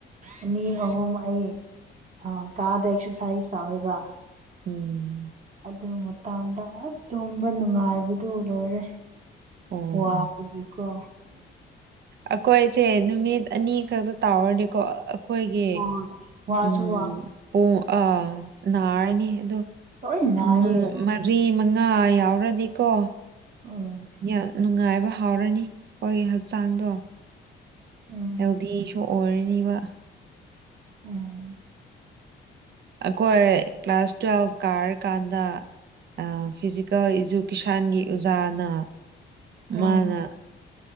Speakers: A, on the right (about 40°); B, on the right (about 60°).
A: ꯑꯅꯤ ꯑꯍꯨꯝ ꯍꯩ ꯑ ꯀꯥꯗ ꯑꯦꯛꯁꯔꯁꯥꯏꯁ ꯇꯧꯔꯒ
B: ꯎꯝ
A: ꯅꯣꯡꯒ ꯇꯥꯕꯗ ꯉꯍꯥꯛ ꯇꯨꯝꯕ ꯅꯨꯡꯉꯥꯏꯕꯗꯨ ꯂꯣꯏꯔꯦ
B: ꯑꯣ
A: ꯋꯥꯕꯒꯤ
B: ꯑꯣ
A: ꯀꯣ
B: ꯑꯩꯈꯣꯏꯁꯦ ꯅꯨꯃꯤꯠ ꯑꯅꯤ ꯈꯛꯇ ꯇꯥꯎꯔꯗꯤꯀꯣ ꯑ ꯑꯩꯈꯣꯏꯒꯤ
A: ꯍꯣꯏ ꯋꯥꯁꯨ
B: ꯎꯝ
A: ꯋꯥ
B: ꯄꯨꯡ ꯑꯥ ꯅꯥꯔꯅꯤ ꯑꯗꯣ
A: ꯂꯣꯏ ꯅꯥꯏꯌꯦ
B: ꯃ ꯃꯔꯤ ꯃꯉꯥ ꯌꯥꯎꯔꯗꯤꯀꯣ
A: ꯎꯝ
B: ꯌꯥꯝ ꯅꯨꯡꯉꯥꯏꯕ ꯍꯥꯎꯔꯅꯤ ꯑꯩꯈꯣꯏꯒꯤ ꯍꯛꯆꯥꯡꯗꯣ
A: ꯎꯝ
B: ꯍꯦꯜꯗꯤꯁꯨ ꯑꯣꯏꯔꯅꯤꯕ
A: ꯎꯝ
B: ꯑꯈꯣꯏ ꯀ꯭ꯂꯥꯁ ꯇꯋꯦꯜꯐ ꯀꯥꯔ ꯀꯥꯟꯗ ꯑ ꯐꯤꯖꯤꯀꯦꯜ ꯏꯖꯨꯀꯦꯁꯟꯒꯤ ꯑꯣꯖꯥꯅ
A: ꯎꯝ
B: ꯃꯥꯅ